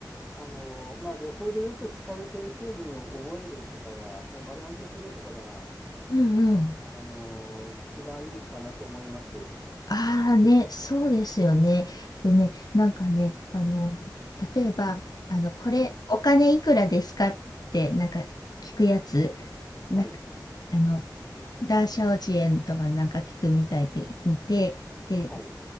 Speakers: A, in the centre; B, on the left (about 60°).
A: あの、まあ、旅行でよく使う定型文を覚えるとかが、もう丸暗記するとかが、
B: うんうん。
A: あの、一番いいかなと思います。
B: ああね、そうですよね。でね、なんかね、あの、例えば、あの、これ、
A: はい。
B: お金いくらですかって、なんか聞くやつ、なんか、
A: はい。
B: あの、ダーシャオジエンとかなんか聞くみたいで見て、で、
A: はい。